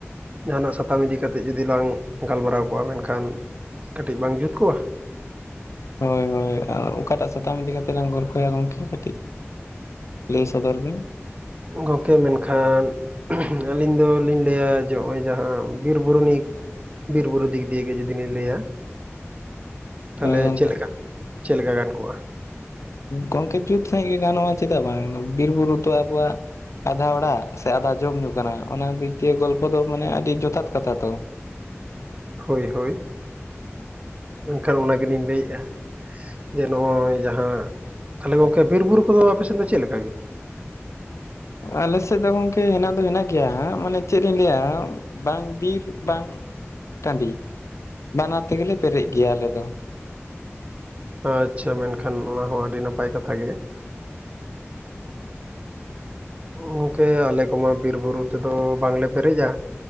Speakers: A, on the right; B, on the left.
A: ᱡᱟᱦᱱᱟᱜ ᱥᱟ ᱛᱟᱢ ᱤᱫᱤ ᱠᱟᱛᱮᱫ ᱡᱩᱫᱤ ᱞᱟᱝ ᱜᱟᱞᱢᱟᱨᱟᱣ ᱠᱚᱜ-ᱟ ᱢᱮᱱᱠᱷᱟᱱ ᱠᱟᱹᱴᱤᱡ ᱵᱟᱝ ᱡᱩᱛ ᱠᱚᱜ-ᱟ᱾
B: ᱦᱳᱭ ᱦᱳᱭ ᱚᱠᱟᱴᱟᱜ ᱥᱟᱛᱟᱢ ᱤᱫᱤ ᱠᱟᱛᱮ ᱞᱟᱝ ᱜᱚᱞᱯᱚᱭᱟ ᱜᱚᱢᱠᱮ ᱠᱟᱹᱴᱤᱡ ᱞᱟᱹᱭ ᱥᱚᱫᱚᱨ ᱵᱤᱱ᱾
A: ᱜᱚᱢᱠᱮ ᱢᱮᱱᱠᱷᱟᱱ ᱟᱹᱞᱤᱧ ᱫᱚᱞᱤᱧ ᱞᱟᱹᱭᱟ ᱡᱮ ᱱᱚᱜ-ᱚᱭ ᱡᱟᱦᱟᱸ ᱵᱤᱨ ᱵᱩᱨᱩ ᱱᱤ ᱵᱤᱨ ᱵᱩᱨᱩ ᱫᱤᱠ ᱫᱤᱭᱮ ᱜᱮ ᱡᱩᱫᱤ ᱞᱤᱧ ᱞᱟᱹᱭᱟ᱾ ᱛᱟᱦᱚᱞᱮ
B: ᱦᱳᱭ ᱜᱚᱝᱠᱮ
A: ᱪᱮᱫ ᱞᱮᱠᱟ ᱪᱮᱫ ᱞᱮᱠᱟ ᱜᱟᱱ ᱠᱚᱜ-ᱟ᱾
B: ᱜᱚᱝᱠᱮ ᱡᱩᱛ ᱥᱟᱺᱦᱤᱡ ᱜᱮ ᱜᱟᱱᱚᱜ-ᱟ ᱪᱮᱫᱟᱜ ᱵᱟᱝ ᱵᱤᱨ ᱵᱩᱨᱩ ᱫᱚ ᱟᱵᱚᱣᱟᱜ ᱟᱫᱷᱟ ᱚᱲᱟᱜ ᱥᱮ ᱟᱫᱷᱟ ᱡᱚᱢ ᱧᱩ ᱠᱟᱱᱟ ᱚᱱᱟ ᱫᱤᱠ ᱫᱤᱭᱮ ᱜᱚᱞᱯᱚ ᱫᱚ ᱢᱟᱱᱮ ᱟᱹᱰᱤ ᱡᱚᱛᱷᱟᱛ ᱠᱟᱛᱷᱟ ᱛᱚ᱾
A: ᱦᱳᱭ ᱦᱳᱭ ᱢᱮᱱᱠᱷᱟᱱ ᱚᱱᱟ ᱜᱮᱞᱤᱧ ᱞᱟᱹᱭᱮᱫ-ᱟ᱾ ᱡᱮ ᱱᱚᱜ-ᱚᱭ ᱡᱟᱦᱟᱸ ᱛᱟᱦᱚᱞᱮ ᱜᱚᱝᱠᱮ ᱵᱤᱨ ᱵᱩᱨᱩ ᱠᱚᱫᱚ ᱟᱯᱮᱥᱮᱫ ᱫᱚ ᱪᱮᱫ ᱞᱮᱠᱟ ᱜᱤ?
B: ᱟᱞᱮ ᱥᱮᱫ ᱫᱚ ᱜᱚᱝᱠᱮ ᱦᱮᱱᱟᱜ ᱫᱚ ᱦᱮᱱᱟᱜ ᱜᱮᱭᱟ ᱦᱟᱸᱜ ᱢᱟᱱᱮ ᱪᱮᱫ ᱤᱧ ᱞᱟᱹᱭᱟ ᱵᱟᱝ ᱵᱤᱨ ᱵᱟᱝ ᱴᱟᱺᱰᱤ ᱵᱟᱱᱟᱨ ᱛᱮᱜᱮᱞᱮ ᱯᱮᱨᱮᱡ ᱜᱮᱭᱟ ᱟᱞᱮ ᱫᱚ᱾
A: ᱟᱪᱪᱷᱟ ᱢᱮᱱᱠᱷᱟᱱ ᱚᱱᱟ ᱦᱚᱸ ᱟᱹᱰᱤ ᱱᱟᱯᱟᱭ ᱠᱟᱛᱷᱟ ᱜᱮ ᱜᱚᱢᱠᱮ ᱟᱞᱮ ᱠᱚᱢᱟ ᱵᱤᱨ ᱵᱩᱨᱩ ᱛᱮᱫᱚ ᱵᱟᱝᱞᱮ ᱯᱮᱨᱮᱡᱟ